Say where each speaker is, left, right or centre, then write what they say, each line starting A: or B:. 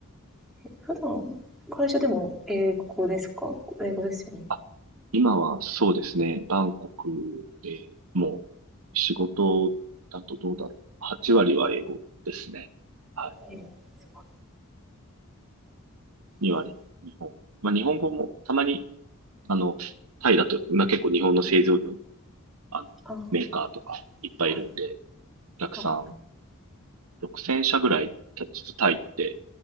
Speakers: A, in the centre; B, on the right (about 80°).
A: <laughs> 普段、会社でも英語ですか英語ですよね。
B: あ今はそうですね、バンコクでもう仕事だとどうだろう。8割は英語ですね。はい。
A: ええ、すご
B: 2割日本。
A: いね。
B: まあ日本語もたまに、あの、タイだと、まあ結構日本の製造業の、あの、
A: ああ、
B: メーカーとかいっぱいいるんで、
A: はい。
B: お客さん
A: あ、
B: 6000社ぐらい実はタイって